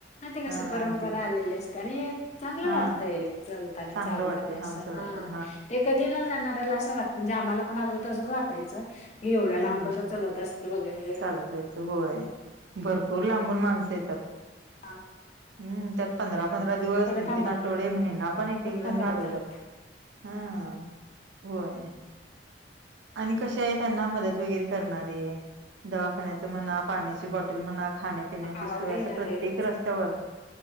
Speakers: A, on the left; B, on the right.
A: ते कस
B: हा
A: परंपरा
B: आणि ते
A: आलेली असते आणि चांगलं
B: हा
A: वाटतय चालतानी
B: चांगलं
A: चालतानी
B: वाटते
A: असं
B: सोडा
A: हा
B: खर
A: ते ते न जाणारऱ्याला असं वाट म्हणजे आम्हाला पण अगोदर तच वाटायचं हे एवढ्या
B: हा
A: लांब कसं चलत असतील वगैरे
B: चालत जायचं होय भरपूर लांबून माणसं येतात.
A: हां.
B: हम त्यात पंधरा, पंधरा दिवस तीन,
A: थांबत
B: तीन आठवडे महिना पण एक,
A: मुक्कामी
B: एक जण
A: होतात
B: घालवतात. हा होय. आणि कश आहे त्यांना मदत वगैरे करणारे दवाखान्याच म्हणा पाण्याची बॉट टेल म्हणा खाण्यापिण्याची
A: आवाज
B: सोय असं
A: येईना
B: प्रत्येक
A: ताई तुमचा
B: रस्त्यावर